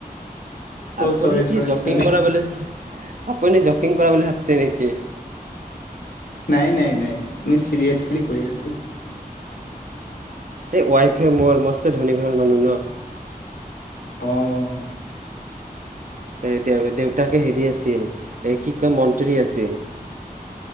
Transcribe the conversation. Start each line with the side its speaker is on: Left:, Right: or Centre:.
Left: অঁ
Right: আপুনি
Left: চৰি
Right: কি
Left: চৰি
Right: জকিং
Left: চৰি
Right: কৰা বুলি আপুনি জকিং কৰা বুলি ভাবছে নেকি?
Left: নাই নাই নাই, মই চিৰিয়াছলি কৈ আছোঁ।
Right: এই ৱাইফে মোৰ মস্ত ধনী ঘৰৰ মানুহ ন?
Left: অঁ।
Right: এই দে দেউতাকে হেৰি আছিল এই কি কয় মন্ত্ৰী আছিল।